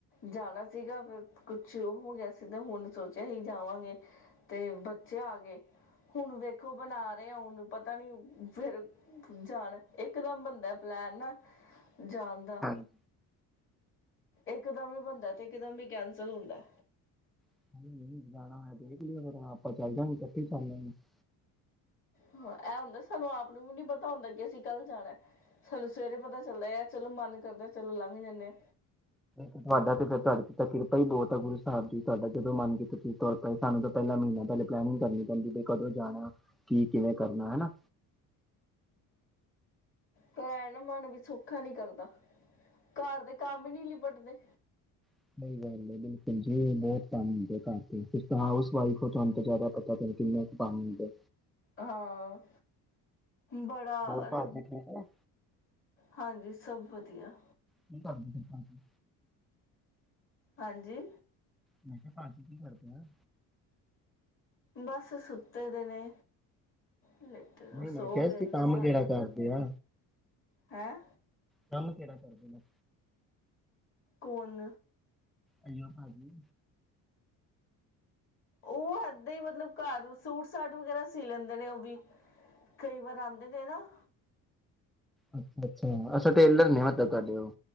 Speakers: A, on the left; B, in the centre.
A: ਜਾਣਾ ਸੀਗਾ ਫੇਰ ਕੁਛ ਉਹ ਹੋ ਗਿਆ ਸੀ ਤੇ ਹੁਣ ਸੋਚਿਆ ਹੀ ਜਾਵਾਂਗੇ ਤੇ ਬੱਚੇ ਆ ਗਏ। ਹੁਣ ਵੇਖੋ ਬਣਾ ਰਹੇ ਹੁਣ ਪਤਾ ਨੀ ਫੇਰ ਜਾਣ ਇੱਕ ਦਮ ਬੰਦਾ ਪਲੈਣ ਨਾ ਜਾਂਦਾ।
B: ਹਾਂਜੀ
A: ਇੱਕਦਮ ਹੀ ਬੰਦਾ। ਟ ਇਕ ਦਮ ਵੀ ਕੈਨਸਲ ਹੁੰਦਾ।
B: ਹਾਂਜੀ ਜਾਣਾ ਹੋਇਆ ਦੇਖ ਲਿਆ ਫਿਰ ਆਪਾਂ ਚੱਲ ਜਾਗੇ ਇਕੱਠੇ ਸਾਲਾਂ ਨੂੰ <unintelligible>
A: ਹਾਂ, ਇਹ ਹੁੰਦਾ ਸਾਨੂੰ ਆਪ ਨੂੰ ਵੀ ਨੀ ਪਤਾ ਹੁੰਦਾ ਕਿ ਅਸੀਂ ਕੱਲ ਜਾਣਾ। ਸਾਨੂੰ ਸਵੇਰੇ ਪਤਾ ਚੱਲਦਾ ਆ ਚਲੋ ਮਨ ਕਰਦਾ ਚਲੋ ਲੰਘ ਜਾਂਦੇ
B: ਤੁਹਾਡਾ ਤੇ ਫਿਰਰ ਤੁਹਾਡੇ ਤੇ ਤਾਂ ਕਿਰਪਾ ਹੀ ਬਹੁਤ ਆ ਗੁਰੂ ਸਾਹਿਬ ਜੀ ਤੁਹਾਡਾ ਜਦੋਂ ਮਨ ਕੀਤਾ ਤ ਸਾਨੂੰ ਤਾਂ ਪਹਿਲਾਂ ਮਹੀਨਾ ਪਹਿਲੇ ਪਲਨਿੰਗ ਕਰਨੀ ਪੈਂਦੀ ਬ ਕਦੋਂ ਜਾਣਾ ਕੀ ਕਿਵੇਂ ਕਰਨਾ ਹੈਾ
A: ਪਰ ਐ ਨਾ ਮਨ ਵੀ ਸੌਖਾ ਨੀ ਕਰਦਾ ਘਰ ਦੇ ਕੰਮ ਹੀ ਨੀ ਲਿਬਟਦੇ
B: ਸਹੀ ਗੱਲ ਹੈ ਬਿਲਕੁਲ ਬਹੁਤ ਪਾ ਹੁੰਦੇ ਘਰ ਤੇ ਫ ਹਾਸ ਵਫ ਤੁਹਾਨੂੰ ਜ਼ਿਆਦਾ ਪਤਾ ਕਿੰਨੇ ਕੁ ਪਾਣੀ ਹੁੰਦੇ
A: ਹਾਂ ਬੜਾ
B: ਹੋਰ
A: ਅਰੇ
B: ਭਾਜੀ ਠੀਕ ਹੈ
A: ਹਾਂਜੀ ਸਭ ਵਧੀਆ
B: ਕੀ ਕਰਦੇ ਫਿਰ ਭਾਜੀ
A: ਹਾਂਜੀ
B: ਮੈਂ ਕਿਹਾ ਪਾ ਕਰਦੇ ਆ
A: ਬਸ ਸੁੱਤੇ ਦੇ ਨੇ ਲੇਟੇ
B: ਨਹੀਂ ਮੈਂ
A: ਸੋ
B: ਕਿਹਾ
A: ਗਏ
B: ਸੀ
A: ਨੇ
B: ਕੰਮ
A: ਸਾਰੇ
B: ਕਿਹੜਾ ਕਰਦੇ ਆ
A: ਹੈਂ
B: ਕੰਮ ਕਿਹੜਾ ਕਰਦੇ ਨਾ
A: ਕੋਨ
B: ਆਈਓ ਭਾਜੀ
A: ਉਹ ਇਦਾਂ ਹੀ ਮਤਲਬ ਘਰ ਸੂਟ ਸਾਟ ਵਗੈਰਾ ਸੀ ਲੈਂਦੇ ਨੇ ਉਹ ਵੀ ਕਈ ਵਾਰ ਆਉਂਦੇ ਨੇ ਨਾ
B: ਅੱਛਾ ਅੱਛਾ ਅੱਛਾ ਟੇਲਰ ਨੇ ਮਤਲਬ ਤੁਹਾਡੇ ਉਹ